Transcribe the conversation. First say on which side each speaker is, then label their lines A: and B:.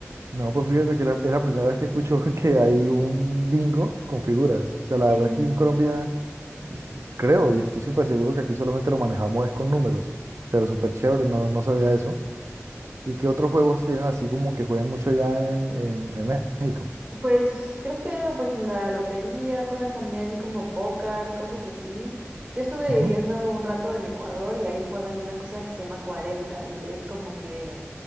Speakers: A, on the right; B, on the right.
A: No, pues fíjate que la- es la primera vez que escucho <laughs> que hay un bingo con figuras. O sea, la
B: Sí.
A: verdad aquí en Colombia sí, creo y estoy súper seguro que aquí solamente lo manejamos es con números, pero súper chévere, no, no sabía eso. ¿Y qué otros juegos tienen así como que juegan mucho allá en, en- en México?
B: Pues creo que, por ejemplo, la lotería, juegan también como póker, cosas así. Yo estuve
A: Ujú.
B: viviendo un rato en Ecuador y ahí juegan una cosa que se llama 40 y es como que